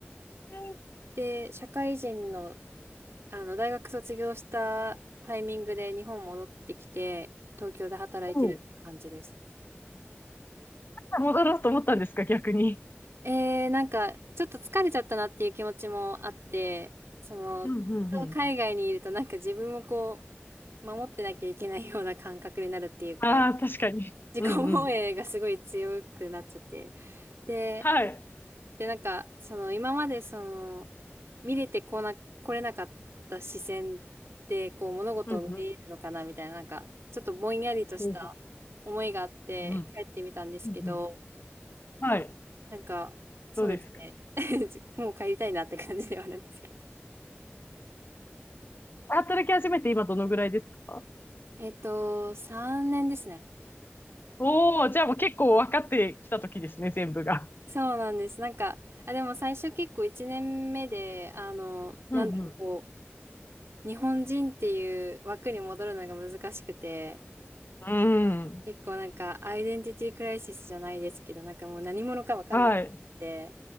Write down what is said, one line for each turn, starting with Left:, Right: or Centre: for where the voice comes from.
Left: えー
Right: で、社会人の、あの、大学卒業したタイミングで日本戻ってきて、東京で働いてるって感じです。
Left: おう、戻ろうと思ったんですか、逆に。
Right: えー、なんか、ちょっと疲れちゃったなっていう気持ちもあって、その、
Left: うんうんうん。
Right: ずっと海外にいるとなんか自分をこう、守ってなきゃいけないような感覚になるっていうか、
Left: ああ、確かに。
Right: 自己防衛がすごい強くなっちゃって。
Left: うんうん。
Right: で、
Left: はい。
Right: で、なんか、その、今までその、見れてこな、来れなかった視線で、こう、物事を見れるのかなみたいな、
Left: うんうん。
Right: なんか、ちょっとぼんやりとした思いがあって帰ってみたんですけど、
Left: ほうほう。うんうん。うんうん。はい。
Right: なんか、そうですね。
Left: どうですか。
Right: <laughs> もう帰りたいなって感じではあるんですけど。
Left: 働き始めて今どのぐらいですか
Right: えっと、3年ですね。
Left: おおー、じゃあもう結構分かってきた時ですね、全部が。
Right: そうなんです。なんか、あ、でも最初結構1年目で、あの、なんだろう、
Left: うん
Right: こう、日本人っていう枠に戻るのが難しくて、
Left: うん。うん。
Right: 結構なんか、アイデンティティクライシスじゃないですけど、なんかもう何者かわかんなくて、
Left: はい。